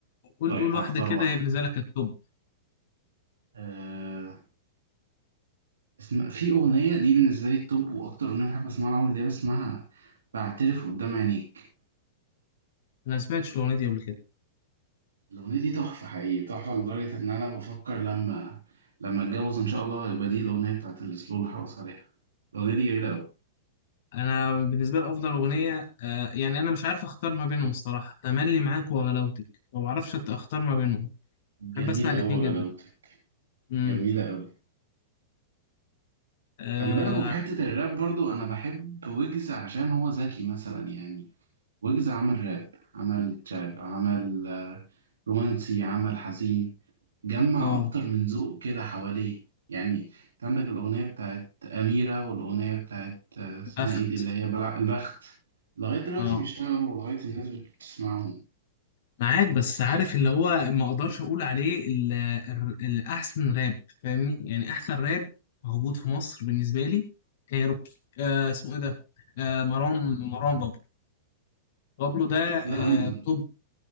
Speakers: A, on the left; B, on the right.
A: قول
B: طيب
A: قول واحدة
B: هختار
A: كده
B: واحده
A: هي بالنسبة لك التوب
B: آه، اسم... في أغنية دي بالنسبة لي التوب وأكتر أغنية بحب أسمعها لعمرو دياب اسمها بعترف قدام عينيك
A: أنا ما سمعتش الأغنية دي قبل كده
B: الأغنية دي تحفة حقيقي تحفة لدرجة إن أنا بفكر لما لما أتجوز إن شاء الله يبقى دي الأغنية بتاعت السلو اللي هرقص عليها الأغنية دي جميلة أوي
A: أنا بالنسبة لي أفضل أغنية آه يعني أنا مش عارف أختار ما بينهم الصراحة تملي معاك وغلاوتك ما بعرفش أختار ما بينهم
B: جميلة
A: بحب أسمع الاتنين
B: أوي غلاوتك
A: جدا امم
B: جميلة أوي
A: اه
B: خلي بالك وفي حتة الراب برضو أنا بحب ويجز عشان هو ذكي مثلا يعني ويجز عمل راب عمل تراب عمل رومانسي عمل حزين جمع
A: آه،
B: أكتر من ذوق كده حواليه يعني أنت عندك الأغنية بتاعت أميرة والأغنية بتاعت آه، اسمها
A: اخت
B: إيه دي اللي هي بلع البخت لغاية دلوقتي
A: اه
B: بيشتغلوا ولغاية الناس بتسمعهم
A: معاك بس عارف اللي هو ما اقدرش اقول عليه ال- ال- الاحسن راب فاهمني يعني احسن راب موجود في مصر بالنسبه لي كايروكي آه اسمه ايه ده آه مروان مروان بابلو بابلو ده آه
B: لا أنا
A: توب